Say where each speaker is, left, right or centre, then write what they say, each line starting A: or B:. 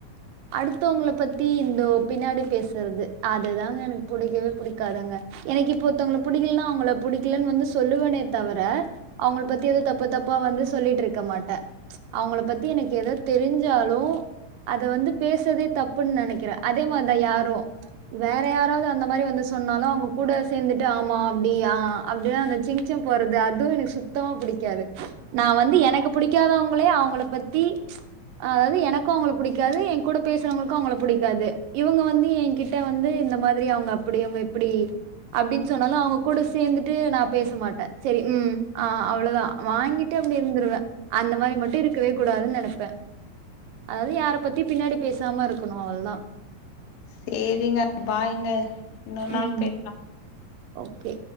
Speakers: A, on the right; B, on the left.
A: அடுத்தவங்கள பத்தி இந்த ஒ பின்னாடி பேசறது அதுதாங்க எனக்கு புடிக்கவே புடிக்காதுங்க எனக்கு இப்போத்தங்கள புடிக்கலன்னா அவங்கள புடிக்கலன்னு வந்து சொல்லுவனே தவிர அவங்கள பத்தி எதும் தப் பு தப்பா வந்து சொல்லிட்டு இருக்க மாட்டேன் அவங்கள பத்தி எனக்கு எதோ தெரிஞ்சாலு அத வந்து பேசவே தப்புன்னு நெனைக்கிறேன் அதே மாரிதான் யாரும் வேற யாராவ்து அந்த மாரி வந்து சொன்னாலும் அவங்க கூட சேந்துட்டு ஆமா அப்படி ஆ அப்டின்னு அந்த சிங் சங் போட்றது அதுவும் எனக்கு சுத்தமா புடிக்காது நா வந்து எனக்கு புடிக் க்காதவங்களே அவுங்கள பத்தி அ அதாவது எனக் க்கு அவுங்கள புடிக்காது என் கூட பேசறவங்களுக்கும் அவுங்கள புடிக்காது இவுங்க வந்து என்கிட்ட வந்து இந்த மாதிரி அவுங்க அப்படி இவுங்க இப்டி அப்படின்னு சொன்னாலும் அவங்கக் கூட சேந்துட்டு நா பேச மாட்டேன் சரி ம் ஆ அவ்வளதா வாங்கிட்டு அப்டி இருந்துருவேன் அந்த மாரி மட்டும் இருக்கவே கூடாதுன்னு நெனப்பேன் அதாவது யார பத்தியும் பின்னாடி பேசாம இருக்கணும் அவ்ள்தா
B: சேரிங்க பாய்ங்க இன்னொரு நாள்
A: ம்.
B: பேசலா
A: ஓகே